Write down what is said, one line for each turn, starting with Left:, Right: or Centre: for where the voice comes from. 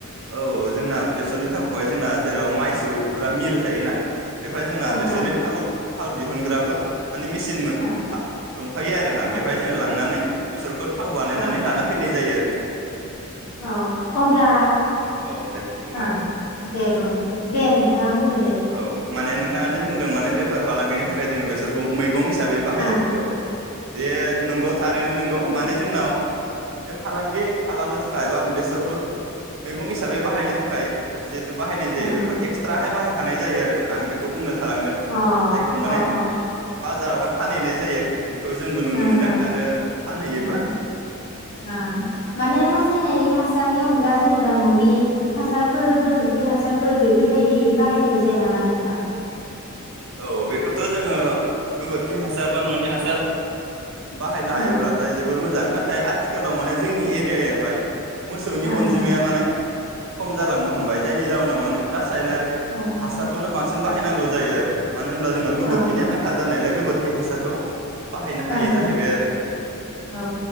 Right: औ औ जोंना बेसरनि थावखौहाय जोंना जेराव माइसौग्रा मिल थायोना बेवहाय जोंना
Left: ओं
Right: बेसरनि
Left: ओं
Right: थाव थाव दिहुनग्राबो माने मेचिन मोन
Left: ओं
Right: फा दंफायो आरोना
Left: ओं
Right: बेवहाय जोङो लांनानै बेसोरखौ थाव बानायनानै
Left: ओं
Right: लाना फैनाय जायो। फ्राय
Left: औ अब्ला
Right: औ दे बुंलाय
Left: ओं दे बुं दे नोंथाङा बुंग्रो दे
Right: औ माने नोंथाङा जे बुंदों माने बेफार फालांगिनि थाखाय जोङो बेसरखौ मैगं हिसाबै बाहायो
Left: ओं
Right: औ बे नंगौ थार। रैनो नोंगौ माने जोंनाव बे फालांगि खालामनो थाखाय बा बेसरखौ मैगं हिसाबै बाहायनो थाखाय जे बायनाय
Left: अ
Right: जायो
Left: अ
Right: बेखौ एक्सट्राहाय बाहाय खानाय जायो आरो आं बेखौ बुंनो थालांदों
Left: ओं
Right: जायखौ माने
Left: ओं ओं
Right: बाजारावहाय फानहैनाय जायो। खौ जोंबो नुनो
Left: ओं
Right: मोनदों आरो फानहैयोबो।
Left: ओं ओं माने रासायनारि हासारनि अनगा जेनेबा न'नि हासारफोर गोबोर खि हासारफोर बेफोरबायदि बाहायनाय जाया नामा नों थां।
Right: औ बेखौथ' जोङो गोबोरखि हासार बा न'नि हासार बाहायनो
Left: औ
Right: हायोब्लाथाय जोबोर मोजां ना नाथाय आथिखालाव माने जोंनि एरियायावहाय मोसौनि
Left: ओं
Right: अनजिमाया माने खम जालांनो हमबाय जायनि जावोनाव माने राज रासायनारि
Left: ओं
Right: हासारखौनो बांसिन बाहायनांगौ जायो आरो। मानो होनब्ला जोंनाव गोबोरखिनि
Left: औ
Right: आंखाल जानायालाय गोबोर बे हासारखौ। बाहायनो हायै
Left: ओं ओं
Right: जाहैबाय आरो
Left: औ